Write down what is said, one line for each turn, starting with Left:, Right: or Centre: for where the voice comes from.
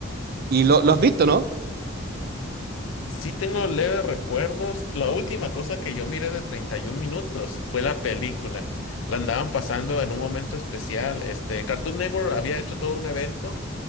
Right: y lo, lo has visto, ¿no?
Left: Sí tengo leves recuerdos. La última cosa que yo miré de 31 minutos fue la película. La andaban pasando en un momento especial. Este, Cartoon Network había hecho todo un evento